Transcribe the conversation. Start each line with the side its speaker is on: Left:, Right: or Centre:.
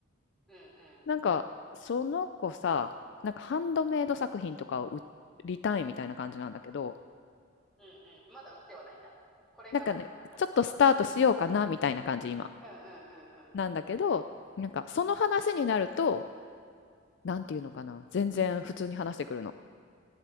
Centre: うんうん。うんうん。
Left: なんかその子さ、なんかハンドメイド作品とかを売りたいみたいな感じなんだけど、
Centre: うんうん。まだ売ってはないんだ。これからみたいな段階。
Left: なんかね、ちょっとスタートしようかなみたいな感じ今。
Centre: うんうんうんうん。
Left: なんだけど、なんかその話になると、なんていうのかな、全然普通に話してくるの。